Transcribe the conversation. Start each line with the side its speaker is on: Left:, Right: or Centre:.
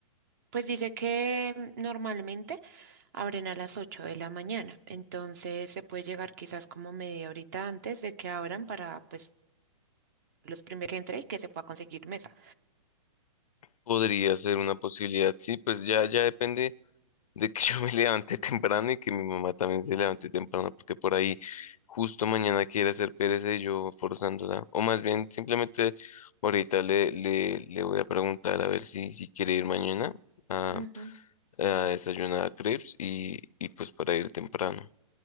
Right: Pues dice que mm, normalmente abren a las 8 de la mañana, entonces se puede llegar quizás como media horita antes de que abran para pues los primeros que entre y que se pueda conseguir mesa.
Left: podría ser una posibilidad, sí, pues ya, ya depende de que <laughs> yo me levanté temprano y que mi mamá también se levante temprano, porque por ahí justo mañana quiere hacer pereza y yo forzándola. O más bien, simplemente ahorita le, le, le voy a preguntar a ver si, si quiere ir mañana a,
Right: Ujú.
Left: a desayunar a Crepes y, y pues para ir temprano.